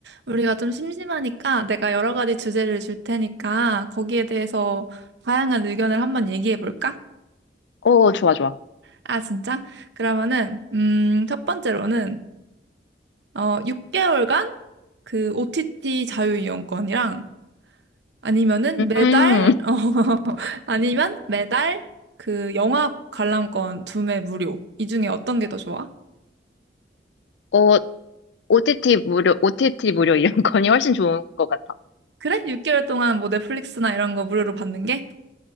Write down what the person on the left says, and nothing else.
어, 좋아, 좋아.
음,
어, OTT 무료, OTT 무료 이런 <laughs> 거니 훨씬 좋은 것 같아.